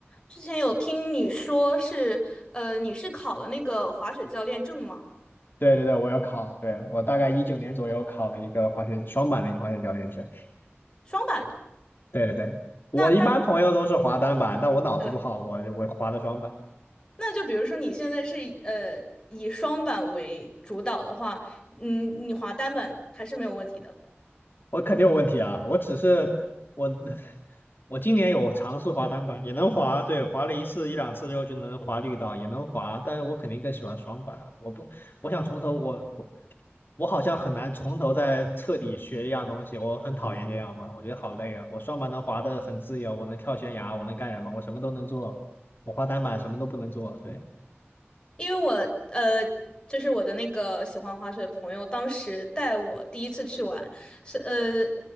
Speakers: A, on the left; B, on the left.
A: 之前有听你说是，呃，你是考了那个滑雪教练证吗？
B: 对对对，我有考，对，我大概一九年左右考了一个滑雪双板的一个滑雪教练证。
A: 双板的。
B: 对对对，我一般朋友都是滑单板，
A: 那单，
B: 但我脑子不好，
A: 对，
B: 我我滑的双板，
A: 那就比如说你现在是以呃以双板为主导的话，嗯，你滑单板还是没有问题的。
B: 我肯定有问题啊。我只是我 <laughs> 我今年有尝试滑单板，也能滑，对，滑了一次一两次之后就能滑绿道，也能滑，但是我肯定更喜欢双板啊。我不，我想从头我我好像很难从头再彻底学一样东西，我很讨厌这样吧，我觉得好累啊。我双板能滑得很自由，我能跳悬崖，我能干什么？我什么都能做。我滑单板什么都不能做。对，
A: 因为我呃，就是我的那个喜欢滑雪的朋友，当时带我第一次去玩，是呃，